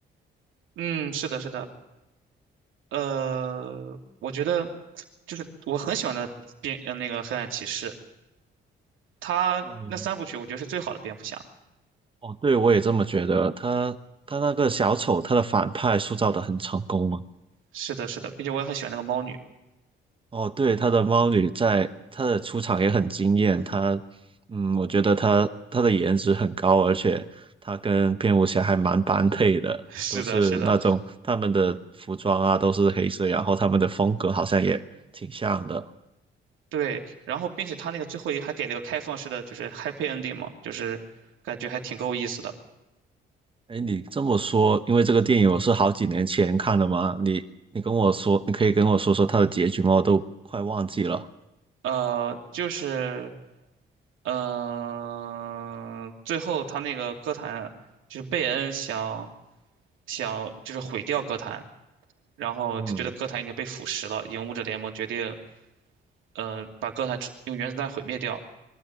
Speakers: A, on the right; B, on the right.
A: 嗯，是的，是的，呃，我觉得就是我很喜欢的蝙呃那个《黑暗骑士》，它那三部曲我觉得是最好的蝙蝠侠。
B: 哦哦，对，我也这么觉得。他他那个小丑，他的反派塑造的很成功嘛。
A: 是的，是的，并且我也很喜欢那个猫女。
B: 哦，对，他的猫女在她的出场也很惊艳。她，嗯，我觉得她她的颜值很高，而且她跟蝙蝠侠还蛮般配的，
A: <laughs> 是的，
B: 都是那种他们的服装啊都是黑色，
A: 是的，
B: 然后他们的风格好像也挺像的。
A: 对。然后，并且他那个最后一还给了个开放式的，就是 happy ending 嘛，就是感觉还挺够意思的。
B: 哎，你这么说，因为这个电影我是好几年前看的嘛，你你跟我说，你可以跟我说说它的结局吗？我都快忘记了。
A: 呃，就是嗯、呃最后他那个歌坛就是贝恩想想就是毁掉歌坛，然后就觉得歌坛已经被腐蚀了，
B: 嗯，
A: 影舞者联盟决定嗯、呃把歌坛处用原子弹毁灭掉。